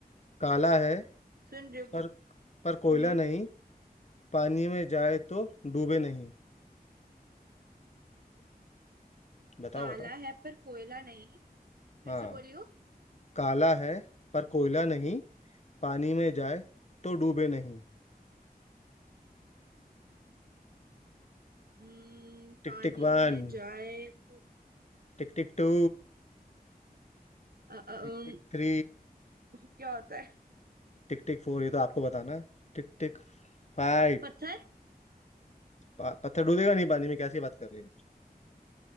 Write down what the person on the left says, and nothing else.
काला है
पर पर कोयला
नहीं पानी में जाए तो डूबे नहीं बताओ
बताओ
हाँ
काला है पर कोयला नहीं पानी में जाए तो डूबे नहीं
Tick
tick one
tick tick two
tick tick three
tick tick four ये तो आपको बताना है। टिक टिक फाइव
पत्थर डूबेगा नहीं पानी में कैसी बात कर रहे हैं